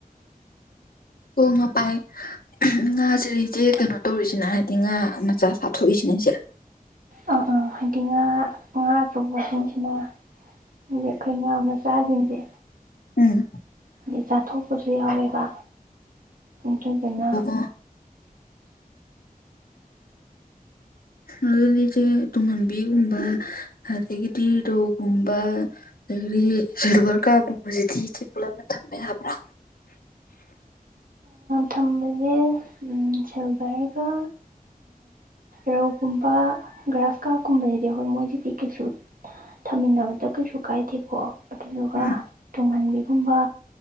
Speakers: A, on the left; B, on the right.
A: ꯑꯣ ꯉꯥꯄꯥꯏ ꯉꯥꯖꯤꯔ ꯏꯆꯦ ꯀꯩꯅꯣ ꯇꯧꯔꯤꯁꯤꯅ ꯍꯥꯏꯗꯤ ꯉꯥ ꯃꯆꯥ ꯆꯥꯊꯣꯛꯏꯁꯤꯅ ꯏꯆꯦ
B: ꯑꯪ ꯑꯥ ꯍꯥꯏꯗꯤ ꯉꯥ ꯉꯥ ꯑꯆꯧꯕꯁꯤꯡꯁꯤꯅ ꯃꯤ ꯈꯩ ꯉꯥ ꯃꯆꯥꯖꯤꯡꯖꯦ
A: ꯎꯝ
B: ꯑꯗꯩ ꯆꯥꯊꯣꯛꯄꯁꯨ ꯌꯥꯎꯋꯦꯕꯥ ꯑꯗꯨꯗꯨꯅ
A: ꯑꯣ ꯑꯣ ꯑꯗꯨꯗꯤ ꯏꯆꯦ ꯇꯨꯡꯍꯟꯕꯤꯒꯨꯝꯕ ꯑꯗꯒꯤꯗꯤ ꯔꯧꯒꯨꯝꯕ ꯑꯗꯒꯤꯗꯤ ꯁꯤꯜꯚꯔ ꯀꯥ꯭ꯔꯞ ꯀꯨꯝꯕꯖꯤꯗꯤ ꯏꯆꯦ ꯄꯨꯜꯂꯞꯅ ꯊꯝꯕ ꯌꯥꯕ꯭ꯔꯥ
B: ꯊꯝꯕꯖꯦ ꯎꯝ ꯁꯤꯜꯕꯔꯒ ꯔꯧꯒꯨꯝꯕ ꯒ꯭ꯔꯥꯁ ꯀꯥ꯭ꯔꯞꯀꯨꯝꯕꯖꯤꯗꯤ ꯍꯣꯏ ꯃꯣꯏꯖꯤꯗꯤ ꯀꯩꯁꯨ ꯊꯝꯃꯤꯟꯅꯕꯗ ꯀꯩꯁꯨ ꯀꯥꯏꯗꯦꯀꯣ ꯑꯗꯨꯗꯨꯒ
A: ꯎꯝ
B: ꯇꯨꯡꯍꯟꯕꯤꯒꯨꯝꯕ